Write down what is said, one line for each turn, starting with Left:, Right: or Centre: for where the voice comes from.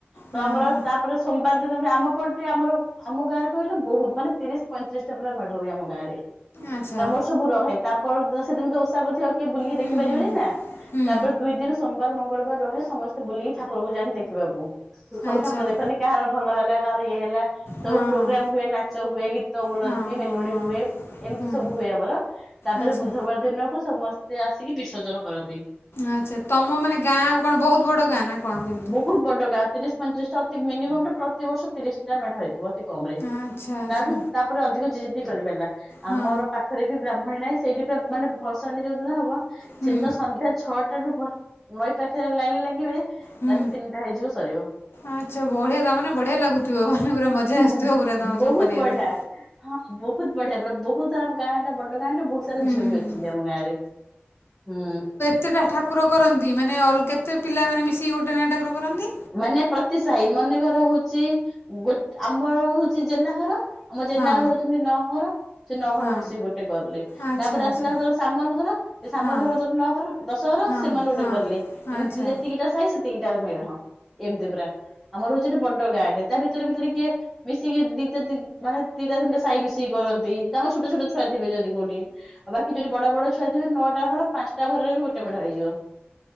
Centre: ତ
Left: ହଁ
Centre: ଆମର
Left: ହଁ
Centre: ତାପରେ ସୋମବାର ଦିନ ବି ଆମ ପଟେ ଆମର ଆମ ଗାଁରେ କହିଲେ ବହୁତ ମାନେ ତିରିଶ, ପଇଁତିରିଶ ଟା ପୁରା ମେଢ ହୁଏ ଆମ ଗାଁ ରେ।
Left: ଆଚ୍ଛା
Centre: ତମର ସବୁ ରହେ, ତାପର ଦିନ ସେଦିନ ତ ଓଷା କରିଥିବେ କିଏ ବୁଲିକି
Left: ହୁଁ
Centre: ଦେଖି ପାରିବେନି
Left: ହୁଁ
Centre: ନା।
Left: ହୁଁ
Centre: ତାପରେ ଦୁଇ ଦିନ ସୋମବାର, ମଙ୍ଗଳବାର ରହେ ସମସ୍ତେ ବୁଲିକି ଠାକୁରଙ୍କୁ ଯାନ୍ତି ଦେଖିବାକୁ। ସବୁ
Left: ଆଚ୍ଛା।
Centre: ଠାକୁର ଦେଖନ୍ତି କାହାର ଭଲ ହେଲା କାହାର ଇଏ ହେଲା। ସବୁ
Left: ହଁ ହଁ
Centre: ପ୍ରୋଗ୍ରାମ ହୁଏ ନାଚ ହୁଏ ଗୀତ ବୋଲନ୍ତି
Left: ହଁ ହଁ
Centre: ମେଲୋଡି ହୁଏ ଏମିତି
Left: ହଁ ହୁଁ
Centre: ସବୁ ହୁଏ ଆମର। ତାପରେ
Left: ଆଚ୍ଛା
Centre: ବୁଧବାର ଦିନକୁ ସମସ୍ତେ ଆସିକି ବିସର୍ଜନ କରନ୍ତି।
Left: ଆଚ୍ଛା ତମ ମାନେ ଗାଁ କଣ ବହୁତ ବଡ ଗାଁ ନା କଣ କେମିତି?
Centre: ବହୁତ ବଡ ଗାଁ ତିରିଶ, ପଇଁତିରିଶଟା ଅତି ମିନିମମ୍ ଟା ପ୍ରତି ବର୍ଷ ତିରିଶଟା ମେଢହେଇଥିବ। ଅତି କମ୍ ରେ
Left: ଆଚ୍ଛା ଆଚ୍ଛା
Centre: ତାଠୁ ତା ଏପଟେ ଅଧିକ ଯିଏ ଯେତିକି କରିପାରିଲା,
Left: ହଁ
Centre: ଆମର ପାଖରେ ବି ବ୍ରାହ୍ମଣୀ ନାହିଁ ସେଇଠି ପୁରା ମାନେ ଭସାଣୀ ଯୋଉଦିନ ହବ
Left: ହଁ ହୁଁ
Centre: ସେଦିନ ସନ୍ଧ୍ୟା ଛଅଟା ରୁ ଭ ନଈ ପାଖରେ ଲାଇନ୍ ଲାଗିବେ
Left: ହୁଁ
Centre: ରାତି ତିନିଟା ହେଇଯିବ ସରିବ।
Left: ଆଚ୍ଛା ବଢିଆ ତାମାନେ ବଢିଆ ଲାଗୁଥିବ ମାନେ ପୁରା ମଜା
Centre: ହୁଁ
Left: ଆସୁଥିବ ପୁରା ତମର
Centre: ବହୁତ
Left: ସବୁ କରିବା
Centre: ବଢିଆ।
Left: ପାଇଁ।
Centre: ହଁ ବହୁତ ବଢିଆପୁରା ବହୁତ ସାରା ଆମ ଗାଁଟା ବଡ ଗାଁଟା ବହୁତ ତାର
Left: ହୁଁ
Centre: ଝିଅ
Left: ହୁଁ
Centre: ବି ଅଛନ୍ତି ଆମ ଗାଁ ରେ, ହୁଁ।
Left: କେତେଟା ଠାକୁର କରନ୍ତି ମାନେ ଅଲ୍ କେତେ ପିଲାମାନେ ମିଶିକି ଗୋଟେ ନେଖା ଠାକୁର କରନ୍ତି?
Centre: ମାନେ ପ୍ରତିସାହି ମନେକର ହଉଛି ଗୋଟ ଆମର ହଉଛି ଜେନାଘର ଆମ ଜେନା
Left: ହଁ
Centre: ହଉଛନ୍ତି ନହର, ସେ ନହର
Left: ହଁ
Centre: ମିଶିକି ଗୋଟେ କଲେ,
Left: ଆଚ୍ଛା
Centre: ତାପରେ
Left: ଆଚ୍ଛା
Centre: ଆସିଲା ଘର ସାମଲ ଘର ସେ ସାମଲ
Left: ହଁ
Centre: ଘର ଧର ନଅ ଘର ଦଶ ଘର
Left: ହଁ
Centre: ସେମାନେ ଗୋଟେ
Left: ହଁ
Centre: କରିଲେ, ଏମିତି
Left: ଆଚ୍ଛା
Centre: ଯେତିକିଟା ସାଇ ସେତିକିଟା ମେଢ। ଏମତି ପୁରା, ଆମର ହଉଛି ଏଠି ବଡ ଗାଁ ଟେ ତା ଭିତରେ-ଭିତରେ କିଏ ମି ମିଶିକି ଦିଟା ଦି ମାନେ ଦିଟା, ତିିନିଟା ସାଇ ମିଶିକି କରନ୍ତି। ତାଙ୍କ ଛୋଟଛୋଟ ଛୁଆ ଥିବେ ଯଦି କୋଉଠି, ଆଉ ବାକି ଯଦି ବଡ ବଡ ଛୁଆ ଥିବେ ନଅଟା ଘର। ପାଞ୍ଚଟା ଘରରେ ବି ଗୋଟେ ମେଢ ହେଇଯିବ,